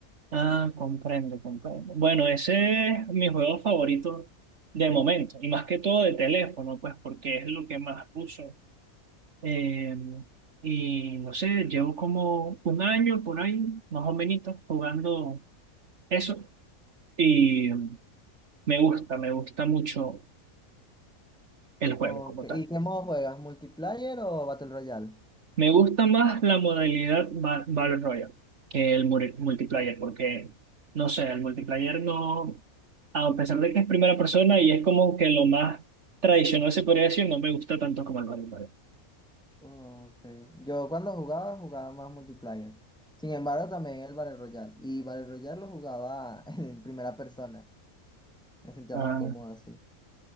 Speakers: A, on the right; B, in the centre.
A: Ah, comprendo, comprendo. Bueno, ese es mi juego favorito de momento, y más que todo de teléfono, pues porque es lo que más uso. Eh, y no sé, llevo como un año por ahí, más o menos, jugando eso, y me gusta, me gusta mucho el juego
B: Ok,
A: como tal.
B: ¿Y qué modo juegas? ¿Multiplayer o Battle Royale?
A: Me gusta más la modalidad ba- Battle Royale que el muri- multiplayer, porque, no sé, el multiplayer no... a pesar de que es primera persona y es como que lo más tradicional se podría decir, no me gusta tanto como el Battle Royale.
B: Ok. Yo cuando jugaba, jugaba más multiplayer. Sin embargo, también el Battle Royale. Y Battle Royale lo jugaba <laughs> en primera persona. Me sentía
A: Ah,
B: más cómodo así.